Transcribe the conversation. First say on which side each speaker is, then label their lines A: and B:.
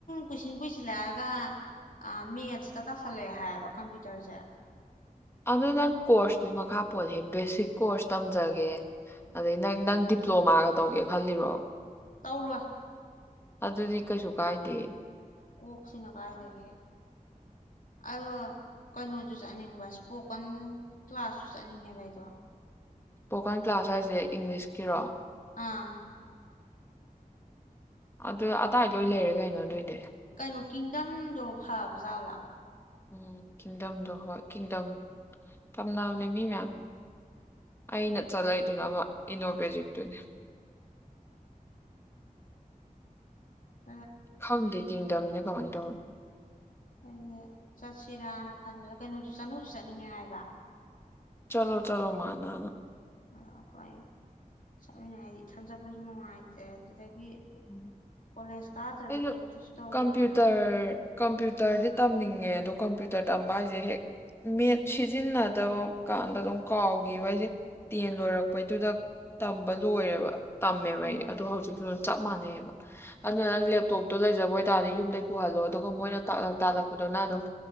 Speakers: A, on the left (about 65°); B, on the left (about 15°).
A: ꯀꯨꯏꯁꯤꯡꯟ ꯀꯨꯏꯁꯤꯜꯂꯛꯑꯒ ꯃꯦꯠꯁꯇ ꯇꯥꯁꯜꯂꯛꯑꯦ ꯍꯥꯏꯌꯦꯕ ꯀꯝꯄ꯭ꯌꯨꯇꯔꯁꯦ
B: ꯑꯗꯨ ꯅꯪ ꯀꯣꯔꯁꯇꯨꯒꯤ ꯃꯈꯥ ꯄꯣꯜꯂꯦꯍꯦ ꯕꯦꯁꯤꯛ ꯀꯣꯔꯁ ꯇꯝꯖꯒꯦ ꯑꯗꯩ ꯅꯪ ꯅꯪ ꯗꯤꯄ꯭ꯂꯣꯃꯥꯒ ꯇꯧꯒꯦ ꯈꯜꯂꯤꯔꯣ
A: ꯇꯧꯔꯣꯏ
B: ꯑꯗꯨꯗꯤ ꯀꯩꯁꯨ ꯀꯥꯏꯗꯦ
A: ꯀꯣꯛꯁꯤꯅ ꯀꯥꯏꯗꯒꯤ ꯑꯗꯣ ꯀꯩꯅꯣꯗꯨ ꯆꯠꯅꯤꯡꯕꯁ ꯏꯁꯄꯣꯀꯟ ꯀ꯭ꯂꯥꯁꯁꯨ ꯆꯠꯅꯤꯡꯉꯦꯕ ꯑꯩꯗꯣ
B: ꯏꯁꯄꯣꯀꯥꯟ ꯀ꯭ꯂꯥꯁ ꯍꯥꯏꯁꯦ ꯏꯪꯂꯤꯁꯀꯤꯔꯣ
A: ꯑꯥ
B: ꯑꯗꯨ ꯑꯗꯥꯏꯗ ꯂꯣꯏ ꯂꯩꯔꯦ ꯀꯩꯅꯣ ꯑꯗꯨꯏꯗꯤ
A: ꯀꯩꯅꯣ ꯀꯤꯡꯗꯝꯗꯣ ꯐꯕꯖꯥꯠꯂ
B: ꯎꯝ ꯀꯤꯡꯗꯝꯗꯣ ꯍꯣꯏ ꯀꯤꯡꯗꯝ ꯇꯝꯅꯕꯅꯦ ꯃꯤ ꯃꯌꯥꯝ ꯑꯩꯅ
A: ꯎꯝ
B: ꯆꯠꯂꯠꯏꯗꯨꯅ ꯑꯃꯥ ꯏꯅꯣꯕꯦꯖꯤꯛꯇꯨꯅꯦ
A: ꯎꯝ <inaudible>
B: ꯈꯪꯗꯦ ꯀꯤꯡꯗꯝꯗꯤ ꯀꯃꯥꯏ ꯇꯧꯕꯅꯣ
A: ꯑꯩꯁꯦ ꯆꯠꯁꯤꯔꯥꯅ ꯈꯟꯕꯗ ꯀꯩꯅꯣꯁꯨ ꯆꯅꯨꯁꯨ ꯆꯠꯅꯤꯡꯉꯦ ꯍꯥꯏꯕ
B: ꯆꯂꯣ ꯆꯂꯣ ꯃꯅꯥꯅ
A: ꯑꯗ ꯑꯩꯈꯣꯏ ꯆꯠꯃꯤꯟꯅꯥꯏ ꯍꯥꯏꯗꯤ ꯏꯊꯟ ꯆꯠꯄꯁꯨ ꯅꯨꯡꯉꯥꯏꯇꯦ ꯑꯗꯨꯗꯒꯤ
B: ꯎꯝ
A: ꯀꯣꯂꯦꯖ ꯀꯥꯗ꯭ꯔꯗꯤ
B: ꯑꯩꯁꯨ
A: ꯀꯩꯝꯇꯁꯨ ꯇꯧꯗꯦꯗꯅ
B: ꯀꯝꯄ꯭ꯌꯨꯇꯔ ꯀꯝꯄ꯭ꯌꯨꯇꯔꯗꯤ ꯇꯝꯅꯤꯡꯉꯦ ꯑꯗꯣ ꯀꯝꯄ꯭ꯌꯨꯇꯔ ꯇꯝꯕ ꯍꯥꯏꯁꯦ ꯍꯦꯛ ꯃꯦꯠ ꯁꯤꯖꯤꯟꯅꯗꯕ ꯀꯥꯟꯗ ꯑꯗꯨꯝ ꯀꯥꯎꯈꯤꯕ ꯑꯩꯁꯦ ꯇꯦꯟ ꯂꯣꯏꯔꯛꯄꯩꯗꯨꯗ ꯇꯝꯕ ꯂꯣꯏꯔꯦꯕ ꯇꯝꯃꯦꯕ ꯑꯩ
A: ꯎꯝ
B: ꯑꯗꯨꯣ ꯍꯧꯖꯤꯛ ꯂꯣꯏꯅ ꯃꯅꯩꯕ ꯑꯗꯨꯅ ꯂꯦꯞ ꯇꯣꯞꯇꯣ ꯂꯩꯖꯕ ꯑꯣꯏꯇꯥꯔꯗꯤ ꯌꯨꯝꯗꯩ ꯄꯨꯍꯜꯂꯣ ꯑꯗꯨꯒ ꯃꯣꯏꯅ ꯇꯥꯛꯂꯛ ꯇꯥꯛꯜꯂꯛꯄꯗꯨꯅ ꯑꯗꯨꯝ